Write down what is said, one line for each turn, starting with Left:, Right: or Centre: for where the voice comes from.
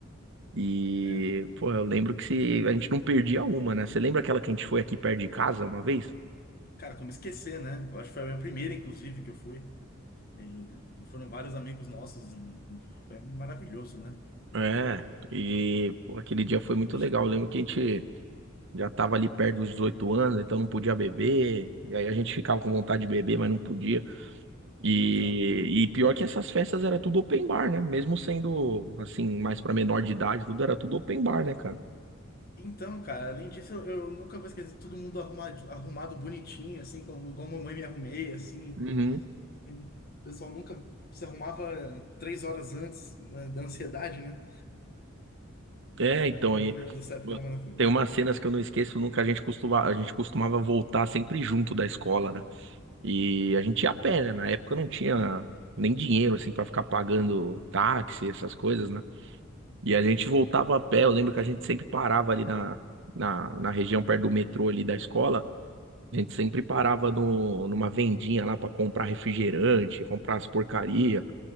Right: E,
Left: É,
Right: pô, eu lembro que se, a gente não perdia uma, né? Você lembra aquela que a gente foi aqui perto de casa uma vez?
Left: Cara, como esquecer, né? Eu acho que foi a minha primeira, inclusive, que eu fui. E e foram vários amigos nossos. hum, hum, Foi maravilhoso, né? Pra-
Right: É, E, pô, aquele dia foi muito
Left: a
Right: legal.
Left: gente-
Right: Eu lembro que a gente já tava ali perto dos 18 anos, então não podia beber. E aí a gente ficava com vontade de beber, mas não podia. E,
Left: Então,
Right: e pior que essas festas era tudo open bar, né? Mesmo sendo, assim, mais pra menor de idade, tudo era tudo open bar, né, cara?
Left: então, cara, além disso, eu, eu nunca vou esquecer todo mundo arrumado, arrumado bonitinho, assim, como igual a mamãe me arrumei, assim.
Right: uhum.
Left: O pessoal nunca se arrumava três horas antes, né, da ansiedade, né?
Right: É,
Left: Era
Right: então,
Left: maravilhoso,
Right: e
Left: essa época
Right: pô,
Left: era maravilhoso.
Right: tem umas cenas que eu não esqueço nunca. A gente costuma, a gente costumava voltar sempre junto da escola, né? E a gente ia a pé, né? Na época não tinha nem dinheiro, assim, pra ficar pagando táxi, essas coisas, né? E a gente voltava a pé. Eu lembro que a gente sempre parava ali na, na, na região perto do metrô ali da escola. A gente sempre parava no, numa vendinha lá pra comprar refrigerante, comprar as porcaria,